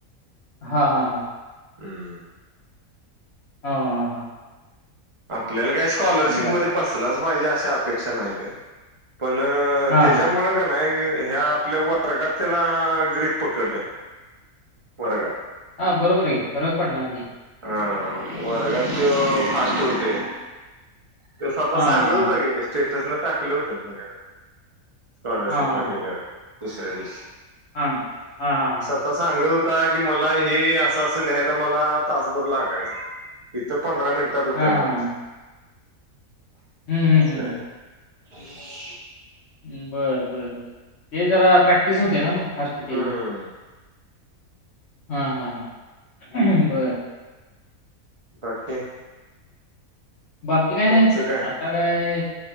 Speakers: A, on the left; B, on the right.
A: हा, हा, हा,
B: हम्म,
A: हं, हा, हां,
B: आपल्याला काही स्कॉलरशिपमध्ये
A: बर
B: बसलाच पाहिजे अशी अपेक्षा नाही रे. पण अं
A: हा
B: त्याच्यामुळं का नाही ह्या आपल्या वर्गात त्याला ग्रीप पकडत्या वर्गात
A: हा बरोबर आहे कि फरक पडणार की
B: हा, वर्गात फास्ट होतेय. त्यो स्वतः
A: हा हा
B: सांगा होत की मी स्टेटसला टाकलं होतं मी अ स्कॉलरशिपला
A: हा हा हा
B: गेल्यावर दुसऱ्या दिवशी.
A: हा, हाहा, हा,
B: तो सांगत होता की मला हे असं -असं लिहायला मला तासभर लागायचा, इथं पंधरा मिनिटात होतयं
A: हा
B: म्हणतंय.
A: हा हा हम्म हम्म हम्म
B: नाही. <inaudible>
A: बरंबर, बरं ते जरा प्रॅक्टिस होतिये ना मग फास्ट ती
B: हम्म
A: हा, हा, हा बरं.
B: बाकी काय?
A: बाकी काय
B: तुमचं
A: नाही,
B: काय
A: आता काय